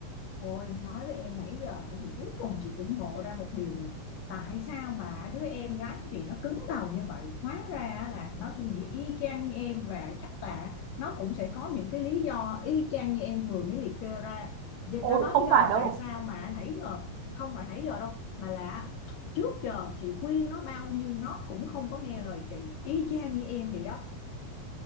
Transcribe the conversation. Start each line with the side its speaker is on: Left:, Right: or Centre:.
Left: Ôi, nói với em nãy giờ thì cuối cùng chị cũng ngộ ra một điều là tại sao mà đứa em gái của chị nó cứng đầu như vậy hóa ra là nó suy nghĩ y chang như em và chắc là nó cũng sẽ có những cái lý do y chang như em vừa mới liệt kê ra Vậy
Right: ôi
Left: đó, đó
Right: không
Left: lý do
Right: phải
Left: mà
Right: đâu
Left: tại sao mà nãy giờ không phải nãy giờ đâu mà là trước giờ chị khuyên nó bao nhiêu nó cũng không có nghe lời chị y chang như em vậy đó